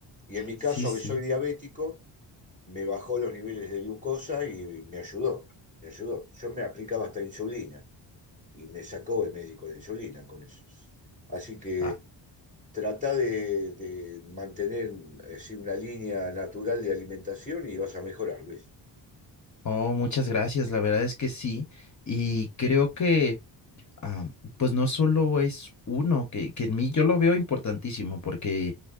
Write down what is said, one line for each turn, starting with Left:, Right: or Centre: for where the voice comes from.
Right: Y en mi
Left: Sí,
Right: caso,
Left: sí.
Right: que soy diabético, me bajó los niveles de glucosa y me ayudó, me ayudó. Yo me aplicaba hasta insulina y me sacó el médico la insulina con eso. Así que
Left: Ah,
Right: trata de, de mantener así una línea natural de alimentación y vas a mejorar, Luis.
Left: oh, muchas gracias. La verdad es que sí. Y creo que, ah, pues no solo es uno, que, que en mí yo lo veo importantísimo porque